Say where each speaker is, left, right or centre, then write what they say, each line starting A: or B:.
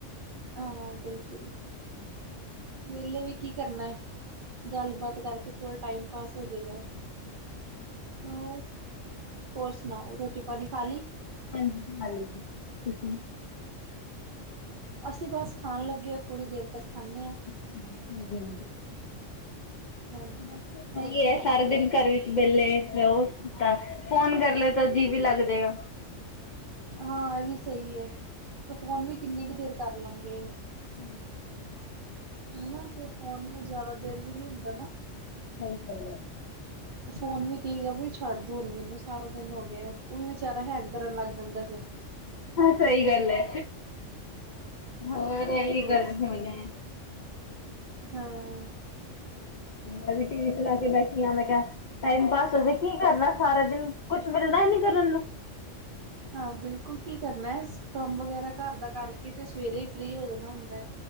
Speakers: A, on the right; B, on the left.
A: ਹਾਂ ਬਿਲਕੁਲ, ਵਿਹਲੇ ਵੀ ਕੀ ਕਰਨਾ। ਗੱਲਬਾਤ ਕਰਕੇ ਥੋੜਾ ਟਾਈਮ ਪਾਸ ਹੋਜੇਗਾ, ਹੋਰ। ਹੋਰ ਸੁਣਾਓ। ਰੋਟੀ-ਪਾਣੀ ਖਾ ਲੀ?
B: ਹਾਂਜੀ, ਖਾਲੀ ਜੀ, ਤੁਸੀ?
A: ਅਸੀਂ ਬੱਸ ਖਾਣ ਲੱਗੇ ਆ। ਥੋੜ੍ਹੀ ਦੇਰ ਤੱਕ ਖਾਣੇ ਆ।
B: ਅੱਛਾ, ਹਾਂਜੀ-ਹਾਂਜੀ।
A: ਹਾਂਜੀ
B: ਬੱਸ ਸਹੀ
A: ਹੋਰ ਸੁਣਾਓ
B: ਐ, ਸਾਰਾ ਦਿਨ। ਘਰ ਵਿੱਚ ਵਿਹਲੇ, ਰਹੋ, ਤਾਂ ਫੋਨ ਕਰ ਲਏ ਤਾਂ ਜੀਅ ਵੀ ਲੱਗਦੇ ਆ।
A: ਹਾਂ, ਇਹ ਵੀ ਸਹੀ ਏ, ਤੇ ਫੋਨ ਵੀ ਕਿੰਨੀ ਕ ਦੇਰ ਕਰ ਲਾ ਗੇ।
B: ਹਮ।
A: ਹਨਾ, ਫਿਰ ਫੋਨ ਵੀ ਜ਼ਿਆਦਾ ਦੇਰ ਵੀ ਨੀ ਹੁੰਦਾ ਨਾ।
B: ਸਹੀ ਗੱਲ ਏ।
A: ਫੋਨ ਵੀ ਕਹੇ ਗਾ ਵੀ ਛੱਡ ਦੋ ਹੁਣ ਮੈਨੂੰ। ਸਾਰਾ ਦਿਨ ਹੋ ਗਿਆ, ਉਹ ਵੀ ਹੈਂਗ ਕਰਨ ਲੱਗ ਜਾਂਦਾ ਫਿਰ।
B: ਹਾਂ, ਸਹੀ ਗੱਲ ਐ। ਹੋਰ ' <unintelligible>
A: ਹੋਰ
B: ' ਗੱਲ
A: ਸੁਣਾਓ
B: ਹੁਣ ਏ।
A: ਹਾਂ।
B: ਮੈਂ ਵੀ ਟੀ ਵੀ ਚਲਾ ਕੇ ਬੈਠੀ ਆ ਮੈਂ ਕਿਹਾ। ਟਾਈਮ ਪਾਸ ਹੋ, ਜੇ ਕੀ ਕਰਨਾ ਸਾਰਾ ਦਿਨ ਕੁਛ ਮਿਲਣਾ ਹੀ ਨੀ ਕਰਨ ਨੂੰ।
A: ਹਾਂ, ਬਿਲਕੁਲ ਕੀ ਕਰਨਾ ਏ। ਕੰਮ ਵਗੈਰਾ ਘਰ ਦਾ ਕਰਕੇ ਤੇ ਸਵੇਰੇ ਹੀ ਫ੍ਰੀ ਹੋ ਜਾਣਾ ਹੁੰਦਾ ਏ।